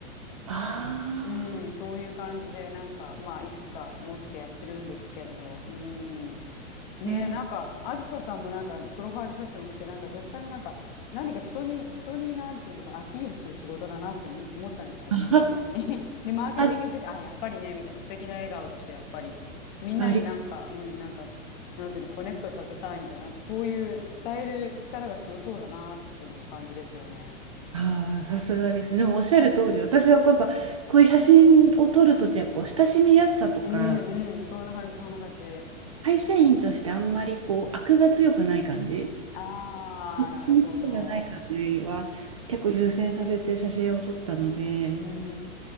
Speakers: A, on the right; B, on the left.
A: あ
B: うん、そういう感じで、なんか、まあ、いくつか持ってやってるんですけれど、うん。ねえ、
A: ー、
B: なんか、
A: ね。
B: あずささんもなんか、プロファイル写真を見て、なんか、絶対になんか、何か人に、人に、なんていうのかな、アピールする仕事だなって思思ったんですよ、初め見た時に。
A: <laughs>
B: <laughs> で、マーケティングってね、
A: あ、
B: あ、やっぱりね、みたいな素敵な笑顔だし、やっぱり、みんなになんか、
A: あり、
B: うん、なんか、なんていうの、コネクトさせたいみたいな、なんか、そういう伝える力が強そうだなっていう感じですよね。
A: あー、さすがですね。でもおっしゃる通り、私はこうやっぱ、こういう写真を撮るときは、こう、親しみやすさとか、
B: うん、うん、そんな感じ、そんな感じ。
A: 会社員としてあんまりこう、悪が強くない感じ、
B: ああ、
A: 一日じゃない感じよりは、
B: なるほど。うん
A: 結構優先させて写真を撮ったので、
B: うんう